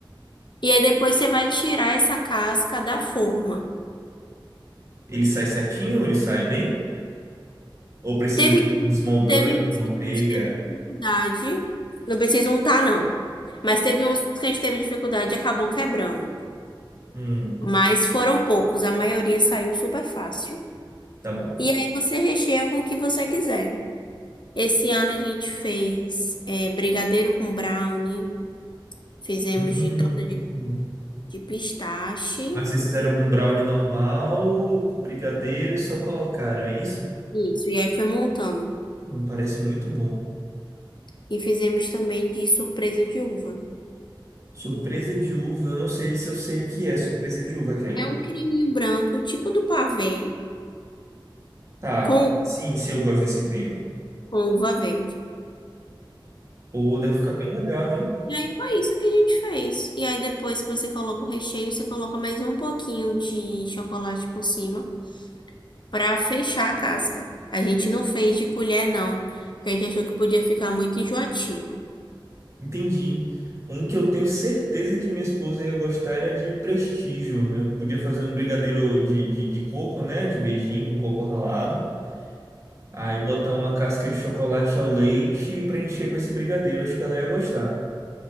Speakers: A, on the left; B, on the right.
A: E aí, depois você vai tirar essa casca da forma.
B: Ele sai certinho? Ele sai bem? Ou precisa
A: Teve,
B: ter um desmoldante,
A: teve uns
B: manteiga?
A: que a gente teve dificuldade. Não precisa untar, não. Mas teve uns que a gente teve dificuldade e acabou quebrando.
B: Hum,
A: Mas foram poucos, a maioria saiu super fácil.
B: tá bom.
A: E aí você recheia com o que você quiser. Esse ano a gente fez eh, brigadeiro com brownie, fizemos
B: Hum.
A: de torta de, de pistache.
B: Mas vocês fizeram um brownie normal com brigadeiro e só colocaram, é isso?
A: Isso, e aí foi montando.
B: Não parece muito bom.
A: E fizemos também de surpresa de uva.
B: Surpresa de uva, eu não sei se eu sei o que é surpresa de uva, Kelly.
A: É um creminho branco, tipo do pavê,
B: Tá,
A: com,
B: sim, sim, eu gosto desse creme.
A: com uva verde.
B: Pô, deve ficar bem legal, hein?
A: E aí foi isso que a gente fez. E aí depois que você coloca o recheio, você coloca mais um pouquinho de chocolate por cima. para fechar a casca. A gente não fez de colher, não, porque a gente achou que podia ficar muito enjoativo.
B: Entendi. Um que eu tenho certeza que minha esposa ia gostar era de prestígio. Eu podia fazer um brigadeiro de, de, de coco, né? De beijinho, um coco ralado. Aí botar uma casca de chocolate ao leite e preencher com esse brigadeiro. Acho que ela ia gostar.